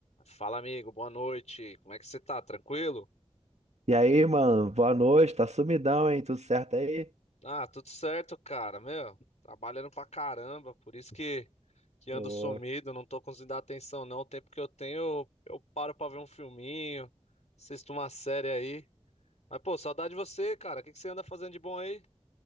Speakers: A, on the left; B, on the right.
A: Fala, amigo, boa noite. Como é que você tá? Tranquilo?
B: E aí, mano, boa noite, tá sumidão, hein? Tudo certo aí?
A: Ah, tudo certo, cara, meu. Trabalhando pra caramba, por isso que, que ando
B: Ô,
A: sumido, não tô conseguindo dar atenção, não. O tempo que eu tenho, eu, eu paro pra ver um filminho, assisto uma série aí. Mas, pô, saudade de você, cara. O que que você anda fazendo de bom aí?